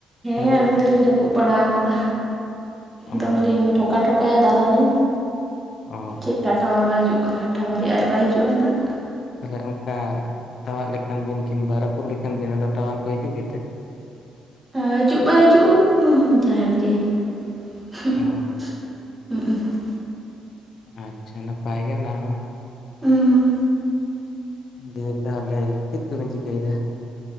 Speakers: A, on the right; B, on the left.
A: ᱦᱮᱸ
B: ᱛᱟᱦᱚᱞᱮ ᱵᱤᱱ
A: ᱟᱞᱤᱧ ᱫᱚᱞᱤᱧ ᱨᱟᱹᱯᱩᱫ ᱯᱩᱫ ᱵᱟᱲᱟ ᱠᱟᱫᱟ
B: ᱚ
A: ᱫᱚᱢᱮᱞᱤᱧ ᱴᱷᱚᱠᱟ ᱴᱷᱚᱠᱟᱭᱟ ᱫᱟᱞᱟᱞᱤᱧ
B: ᱚ
A: ᱪᱮᱫᱠᱟ ᱴᱟᱣᱟᱨ ᱵᱟᱭ ᱦᱤᱡᱩᱜ ᱠᱟᱱᱟ, ᱴᱟᱣᱟᱨ-ᱤᱡ ᱟᱡ ᱵᱟᱭ ᱦᱤᱡᱩᱜ ᱟᱭ ᱱᱟᱦᱟᱜ᱾
B: ᱛᱟᱦᱚᱞᱮ ᱚᱱᱠᱟ ᱛᱟᱣᱟᱜ ᱞᱮᱠᱷᱟᱱ ᱵᱤᱱ ᱠᱤᱝᱵᱟ ᱨᱟᱹᱯᱩᱫ ᱞᱮᱠᱷᱟᱱ ᱵᱤᱱ ᱟᱫᱚ ᱴᱟᱣᱟᱨ ᱠᱚ ᱦᱤᱡᱩᱜ ᱜᱮᱛᱮ?
A: ᱦᱟᱡᱩᱜ ᱵᱟᱭ ᱦᱟᱡᱩᱜ ᱩᱸ ᱡᱟᱦᱟᱸᱱ ᱜᱮ, ᱦ <unintelligible>
B: ᱚ ᱟᱪᱪᱷᱟ ᱱᱟᱯᱟᱭ ᱜᱮ ᱚᱱᱟ ᱦᱚᱸ,
A: ᱦᱩᱸ
B: ᱫᱤᱭᱮ ᱛᱟᱦᱚᱞᱮ ᱪᱮᱫ ᱠᱚᱵᱮᱱ ᱪᱤᱠᱟᱹᱭ ᱮᱫᱟ?